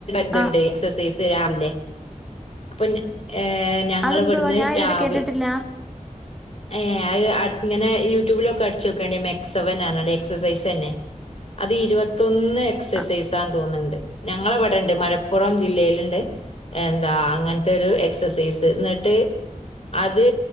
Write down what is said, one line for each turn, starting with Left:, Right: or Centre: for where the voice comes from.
Left: ഇതുണ്ട്
Centre: ആഹ്.
Left: എക്സസൈസ് രാവിലെ അപ്പൊ ഏർ ഞങ്ങവിടുന്ന്
Centre: അതെന്തുവാ ഞാൻ ഇതുവരെ
Left: രാവ
Centre: കേട്ടിട്ടില്ല
Left: ഏ അത് ഇങ്ങനെ യൂട്യൂബിലൊക്കെ അടിച്ചു വോക്കണ്ട മെക്സെവൻ ആണ എക്സസൈസ് തന്നെ അത് ഇരുപത്തൊന്ന് എക്സസൈസാന്ന്
Centre: ആ
Left: തോന്നുന്നുണ്ട് ഞങ്ങളവിടെണ്ട് മലപ്പുറം ജില്ലയിലുണ്ട് എന്താ അങ്ങനത്തെ ഒരു എക്സസൈസ് എന്നിട്ട് അത്